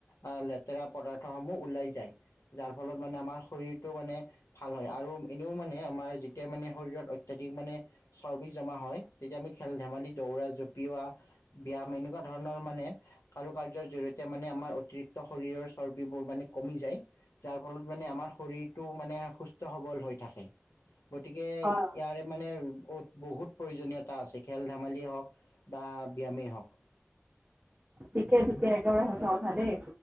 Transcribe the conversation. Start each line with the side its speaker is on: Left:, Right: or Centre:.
Left: আহ লেতেৰা পদাৰ্থ সমূহ ওলাই যায়, যাৰ ফলত মানে আমাৰ শৰীৰটো মানে ভাল হয় আৰু এনেও মানে আমাৰ যেতিয়া মানে শৰীৰত অত্যাধিক মানে চৰ্বি জমা হয় তেতিয়া আমি খেল ধেমালি দৌৰা জঁপিওৱা ব্যায়াম এনেকুৱা ধৰণৰ মানে কাৰু কাৰ্যৰ জৰিয়তে মানে আমাৰ অতিৰিক্ত শৰীৰৰ চৰ্বিবোৰ মানে কমি যায়। যাৰ ফলত মানে আমাৰ শৰীৰটো মানে সুস্থ সবল হৈ থাকে। গতিকে ইয়াৰে
Right: অ
Left: মানে বহুত প্ৰয়োজনীয় তা আছে, খেল ধেমালিয় হওঁক বা ব্যায়ামেই হওঁক।
Right: ঠিকে ঠিকে একেবাৰে সঁচা কথা দেই।